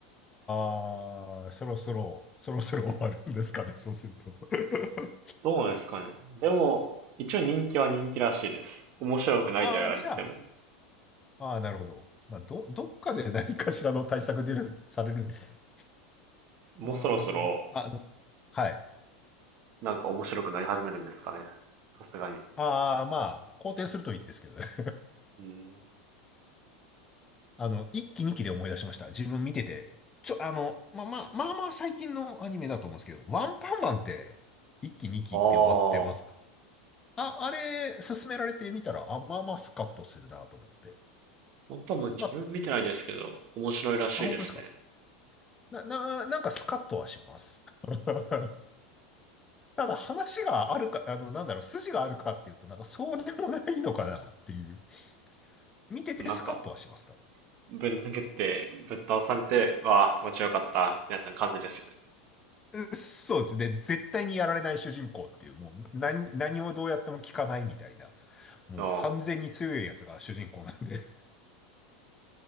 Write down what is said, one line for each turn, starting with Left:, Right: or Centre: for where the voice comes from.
Left: <laughs> ああ、そろそろ、そろそろ終わるんですかね、そうすると。<laughs>
Right: どうですかね。でも、一応人気は人気らしいです。面白くないとは言われてても、
Left: ああ、じゃあ、ああ、なるほど。まあ、ど、どっかで何かしらの対策出る、されるんですかね。
Right: もうそろそろ、
Left: ああ、あの、はい。
Right: なんか面白くなり始めるんですかね。さすがに。
Left: ああ、まあ、好転するといいですけどね。<laughs>
Right: うん。
Left: あの、一期二期で思い出しました。自分見てて。ちょ、あの、まあまあ、まあまあ最近のアニメだと思うんですけど、ワンパンマンって一期二期で終わってます。
Right: ああ、
Left: あ、あれ、勧められてみたら、あ、まあまあスカッとするなと思って。
Right: 本当はもう自分見てないんですけど、
Left: まあ、
Right: 面白いらしいですね。
Left: あ、本当ですか。な、な、なんかスカッとはします。<laughs> ただ話があるか、あの、なんだろう、筋があるかっていうと、なんかそうでもないのかなっていう。見ててスカッとはします。
Right: なんか、
Left: 多分
Right: ぶん投げて、ぶっ倒されて、わあ、気持ちよかった、みたいな感じですよね。
Left: うんそうですね。絶対にやられない主人公っていう、もう何、何をどうやっても聞かないみたいな。もう完全に強いやつが主人公なんで。
Right: ああ、